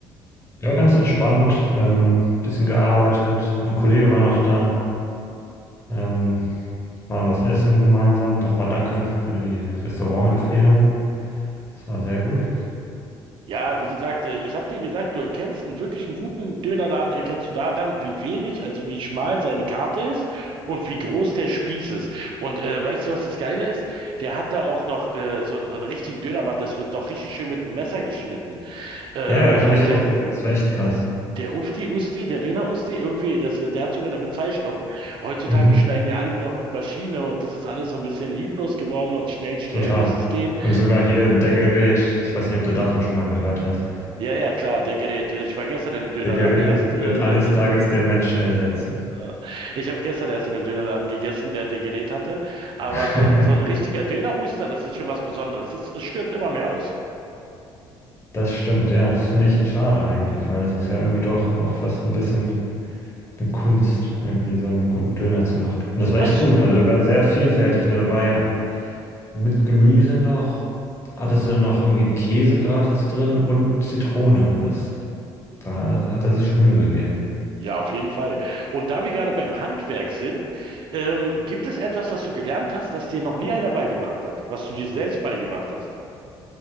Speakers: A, on the left (about 25°); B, on the right (about 55°).
A: Ja, ganz entspannt. Ähm, bisschen gearbeitet. Ein Kollege war noch da. Ähm, waren was essen gemeinsam. Nochmal danke für die Restaurantempfehlung. Das war sehr gut.
B: Ja, wie gesagt, äh, ich habe dir gesagt, du erkennst einen wirklich einen guten Dönerladen, erkennst du daran, wie wenig, also wie schmal seine Karte ist und wie groß der Spieß ist. Und äh, weißt du, was das Geile ist? Der hat da auch noch äh, so einen, so einen richtigen Dönermann, das wird noch richtig schön mit einem Messer geschnitten. Ähm,
A: Ja, ja, habe ich
B: der,
A: auch gesehen. Das war echt krass.
B: Der Ufti, Usti, der Döner-Usti, irgendwie, das, der hat sogar eine Bezeichnung. Heutzutage
A: Mhm,
B: schneiden ja alle nur noch mit Maschine und das ist alles so ein bisschen lieblos geworden und schnell, schnell
A: total.
B: muss es gehen.
A: Und sogar hier der Gerät. Ich weiß nicht, ob du davon schon mal gehört hast.
B: Ja, ja, klar, der Gerät. Ich war gestern im Dönerladen
A: Der Gerät
B: erst,
A: wird
B: äh,
A: eines
B: der, der
A: Tages den Menschen ersetzen.
B: ja. Ich habe gestern erst in einem Dönerladen gegessen, der der Gerät hatte. Aber
A: <laughs>
B: so ein, so ein richtiger Döner-Uster, das ist schon was Besonderes. Das, es stirbt immer mehr aus.
A: Das stimmt, ja. Das finde ich schade eigentlich, weil das ist ja irgendwie doch auch fast ein bisschen. eine Kunst, irgendwie so einen guten Döner zu machen. Und das war
B: Na,
A: echt
B: es
A: gut. Also, das war sehr vielfältig. Ne? Da war ja mit Gemüse noch, hattest du noch irgendwie Käse gratis drin und Zitrone. Und das, da hat er sich schon Mühe gegeben.
B: Ja, auf jeden Fall. Und da wir gerade beim Handwerk sind, ähm, gibt es etwas, das du gelernt hast, das dir noch nie einer beigebracht hat, was du dir selbst beigebracht hast?